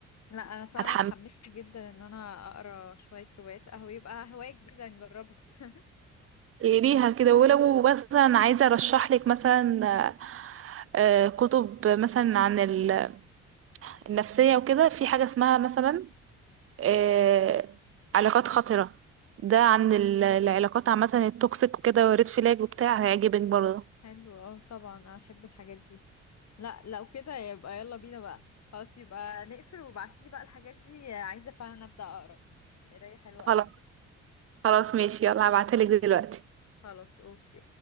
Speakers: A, on the left; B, on the right.
A: لا انا فعلا
B: هتحمسي
A: اتحمست جدا ان انا اقرا شوية روايات قهوة يبقى هواية جديدة نجربها <laughs>
B: ليها كده ولو مثلا عايزه ارشح لك مثلا آه، آه، كتب مثلا عن ال- النفسيه وكده في حاجه اسمها مثلا آه، علاقات خطرة ده عن ال- العلاقات عامة التوكسيك وكده وريد فلاج وبتاع هيعجبك برضه
A: حلو اه طبعا احب الحاجات دي لا لو كده يبقى يلا بينا بقى خلاص يبقى نقفل وابعتيلي بقى الحاجات دي عايزة فعلا ابدأ اقرا قراية حلوة قوي
B: خلاص خلاص ماشي يلا هبعتلك دلوقتي
A: خلاص اوكي